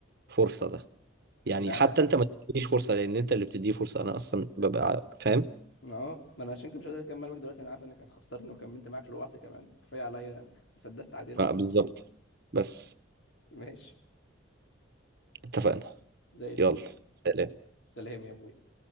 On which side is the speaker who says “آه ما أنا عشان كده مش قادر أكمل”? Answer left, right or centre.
Left